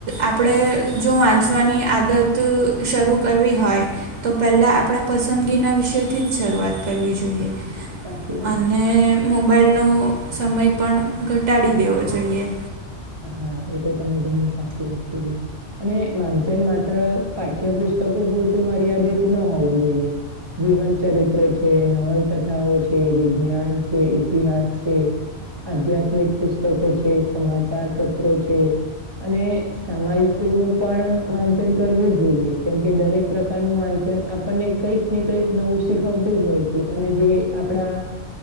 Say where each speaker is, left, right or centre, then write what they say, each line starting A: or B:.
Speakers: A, on the right; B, on the right.
A: આપડે જો વાંચવાની, આદત શરૂ કરવી હોય, તો પહેલા આપણા પસંદગીના વિશે થી જ શરૂઆત કરવી જોઈએ.
B: સાચી વાત
A: અને,
B: છે
A: મોબાઈલનો સમય પણ ઘટાડી દેવો જોઈએ.
B: હા એ તો તમે ઘણી સાચી વાત કીધી. અને વાંચન માત્ર પાઠ્યપુસ્તકો પૂરતું મર્યાદિત ન હોવું જોઈએ. જીવન ચરિત્રો છે, નવલકથાઓ છે, વિજ્ઞાન છે, ઇતિહાસ છે. આધ્યાત્મિક પુસ્તકો છે સમાચાર પત્રો છે અને, સામાયિકો નું પણ વાંચન કરવું જોઈએ કેમકે દરેક પ્રકારનું વાંચન અ આપણને કંઈક ને કંઈક નવું શીખવતું જ હોય છે અને જે આપણા,